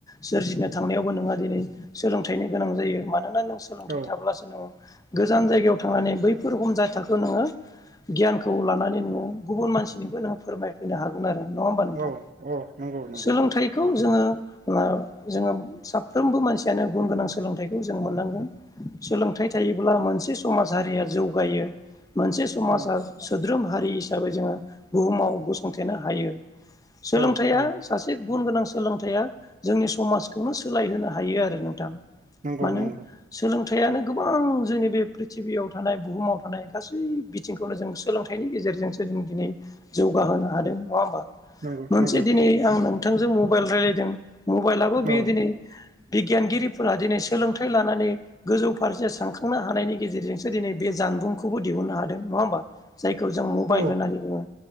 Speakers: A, on the left; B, on the right.
A: सोरजिनो थांनायावबो नोङो दिनै सो लोंथाइनि गोनां जायो मानोना नों सोलोंथाइ
B: औ
A: थाब्लासो नों गोजान जायगायाव थांनानै बैफोर हमजाद थाखो नोङो गियानखौ लानानै नोङो गुबुन मानसिनोबो नोङो फोरमायफैनो हागोन आरो नङा ओमबा नोंथां
B: औ औ नंगौ नंगौ
A: सोलोंथाइखौ जोङो मा जोङो साफ्रोमबो मानसियानो गुन गोनां सोलोंथाइखौ जों मोननांगोन। सोलोंथाइ थायोब्ला मोनसे समाज हारिया जौगायो मोनसे समाजा
B: औ
A: सो द्रोम हारि हिसाबै जोङो बुहुमाव गसंथेनो हायो सोलोंथाइया
B: औ औ
A: सासे गुन गोनां सोलोंथाइया जोंनि समाजखौनो सोलायहोनो हायो आरो नोंथां
B: नंगौ
A: मानो
B: नंगौ।
A: सोलोंथाइयानो गोबां जोंनि बे प्रिथिबियाव थानाय बुहुमाव थानाय गासै बिथिंखौनो जों सोलोंथाइनि गेजेरजोंसो जों दिनै जौगाहोनो हादों नङा ओमबा?
B: नंगौ
A: मोनसे
B: नंगौ
A: दिनै आं नोंथांजों मबाइल रायलायदों मबाइलाबो
B: औ
A: बेयो दिनै बिगियानगिरिफोरा दिनै सोलोंथाइ लानानै गोजौ फारसे सानखांनो हानायनि गेजेरजोंसो दिनै बे जानबुंखौबो दिहुननो हादों नङा ओमबा? जायखौ जों मबाइल
B: औ
A: होननानै बुङो